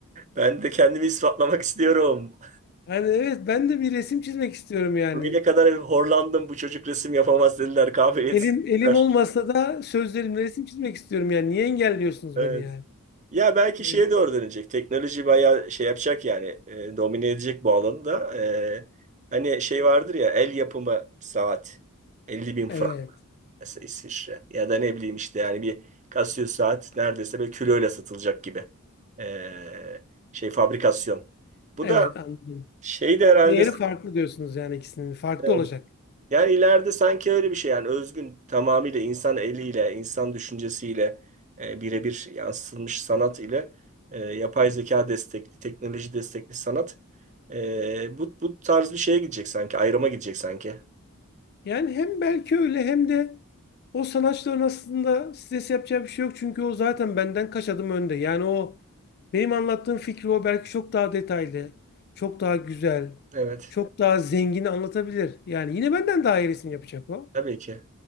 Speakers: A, on the right; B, on the left.
A: ben de kendimi ispatlamak istiyorum.
B: Yani evet ben de bir resim çizmek istiyorum yani.
A: Bugüne kadar hep horlandım bu çocuk resim yapamaz dediler. Kabiliyetsiz
B: Elim elim
A: dediler.
B: olmasa da sözlerimle resim çizmek istiyorum yani. Niye engelliyorsunuz
A: Evet.
B: beni yani?
A: Ya belki
B: Evet.
A: şeye doğru dönecek. Teknoloji bayağı şey yapacak yani. e, domine edecek bu alanı da. E, hani şey vardır ya el yapımı saat. elli bin frank
B: Evet,
A: mesela İsviçre. Ya da ne bileyim işte yani bir Casio saat neredeyse böyle kiloyla satılacak gibi. E, şey fabrikasyon. Bu
B: evet
A: da
B: anladım.
A: şey de herhalde
B: Değeri farklı diyorsunuz yani ikisinin. Farklı
A: e,
B: olacak.
A: Yani ileride sanki öyle bir şey yani özgün tamamıyla insan eliyle, insan düşüncesiyle e, birebir yansıtılmış sanat ile e, yapay zeka destekli, teknoloji destekli sanat e, bu, bu tarz bir şeye gidecek sanki, ayrıma gidecek sanki.
B: Yani hem belki öyle hem de o sanatçıların aslında stres yapacağı bir şey yok. Çünkü o zaten benden kaç adım önde. Yani o benim anlattığım fikri o belki çok daha detaylı, çok daha güzel,
A: Evet,
B: çok daha zengin anlatabilir. Yani yine benden daha iyi resim yapacak o.
A: tabii ki.